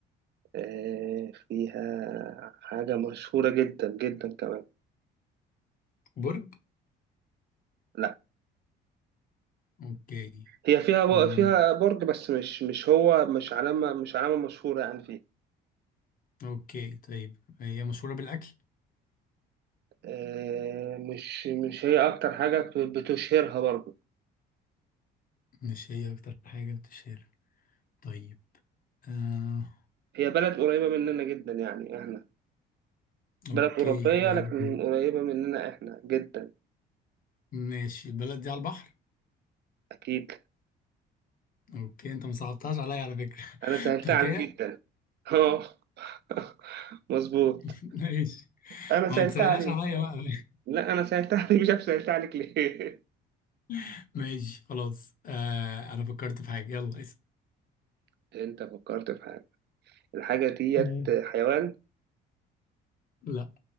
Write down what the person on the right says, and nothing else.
آه، فيها حاجة مشهورة جدا جدا كمان
لا
هي فيها ب...
فيها برج بس مش مش هو مش علامة مش علامة مشهورة يعني فيها
آه مش مش هي أكتر حاجة بت- بتشهرها برضه
هي بلد قريبة مننا جدا يعني احنا بلد
أوروبية
لكن
قريبة مننا احنا جدا
أكيد
أنا سهلتها
عليك جدا <laughs> <laughs> مظبوط
انا
سألت
عليك
لا انا سألت عليك مش عارف سألت عليك ليه
<laughs> انت فكرت في حاجة الحاجة ديت
حيوان